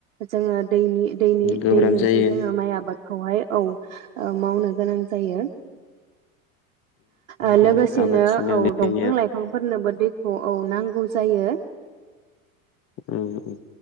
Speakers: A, on the right; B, on the left.
A: जोङो दैनि दैनि
B: गोब्राब
A: दैजोंसो
B: जायो
A: जोङो माइ आबा बादखौहाय औ ओ मावनो गोनां जायो ओ
B: जेरै
A: लोगोसेनो
B: आबादथिलियाव
A: औ
B: दै
A: दंफां लाइफांफोरनोबो दैखौ औ नांगौ जायो
B: उम